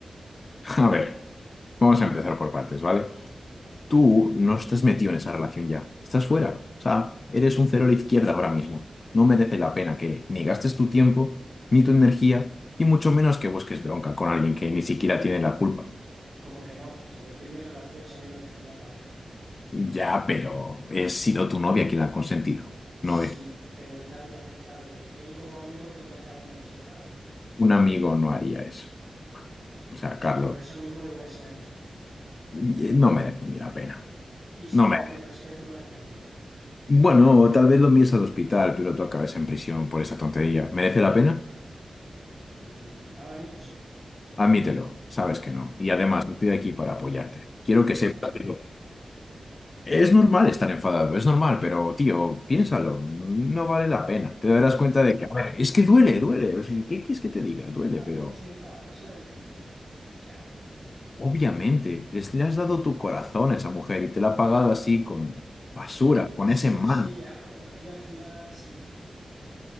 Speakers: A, on the left (about 40°); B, on the right (about 35°).
A: <laughs> A ver, vamos a empezar por partes, ¿vale? Tú no estás metido en esa relación ya. Estás fuera. O sea, eres un cero a la izquierda ahora mismo. No merece la pena que ni gastes tu tiempo, ni tu energía, y mucho menos que busques bronca con alguien que ni siquiera tiene la culpa.
B: ¿Cómo que no? Se metió en mi relación sabiendo que tenía pareja.
A: Ya, pero he sido tu novia quien la ha consentido.
B: Sí,
A: No, es-
B: pero él también lo ha aceptado y él como amigo tendría que haberme respetado.
A: un amigo no haría eso. O sea,
B: Ya,
A: Carlos,
B: por eso mismo le voy a enseñar respeto.
A: y- no merece ni la pena.
B: Y si
A: No
B: no
A: me.
B: me tiene respeto, me va a tener miedo.
A: Bueno, tal vez lo envíes al hospital, pero tú acabes en prisión por esa tontería. ¿Merece la pena?
B: Mm, ahora mismo sí,
A: Admítelo, sabes que no. Y además, estoy aquí para apoyarte. Quiero
B: tendré
A: que
B: que
A: sepas.
B: admitirlo.
A: que Es normal estar enfadado, es normal, pero tío, piénsalo, no vale la pena. Te darás
B: Es
A: cuenta
B: que
A: de que, a ver, es que duele, duele. O sea, ¿qué quieres que te diga? Duele,
B: tampoco
A: pero.
B: estoy enfadado, es la decepción. O sea,
A: Obviamente, les, le has dado tu corazón a esa mujer y te la ha pagado así con basura, con
B: si
A: ese mal.
B: no es ella, bueno, ella al final sí, eh,